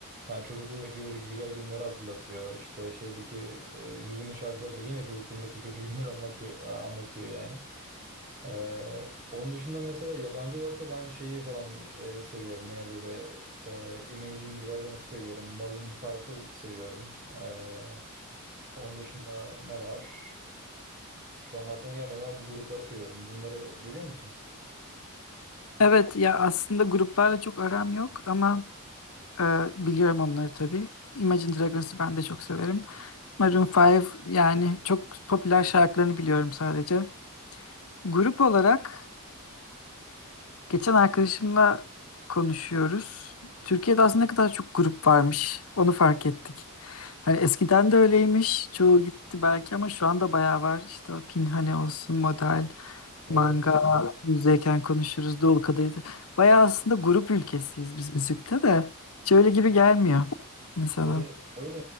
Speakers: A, on the right; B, on the left.
A: yani çocukluğumdaki böyle güzel günleri hatırlatıyor. İşte şeydeki e, hüzünlü şarkılar da yine çocukluğumdaki kötü günleri anlatıyor anlatıyor yani. Ee, onun dışında mesela yabancı olarak da ben şeyi falan e, seviyorum. Yine böyle e, Imagine Dragons'u seviyorum. Maroon 5'ı seviyorum. Ee, onun dışında ne var? Şu anda aklıma gelmedi ama bu grupları seviyorum. Bunları biliyor musun?
B: Evet ya aslında gruplarla çok aram yok ama e, biliyorum onları tabii. Imagine Dragons'ı ben de çok severim. Maroon 5 yani çok popüler şarkılarını biliyorum sadece. Grup olarak Geçen arkadaşımla konuşuyoruz. Türkiye'de aslında ne kadar çok grup varmış. Onu fark ettik. Hani eskiden de öyleymiş. Çoğu gitti belki ama şu anda bayağı var. İşte o Pinhane olsun, Model,
A: Evet.
B: Manga, Müzeyken Konuşuruz, Dolu Kadehi. Bayağı aslında grup ülkesiyiz biz müzikte de. Hiç öyle gibi gelmiyor insana.
A: Öyle, öyle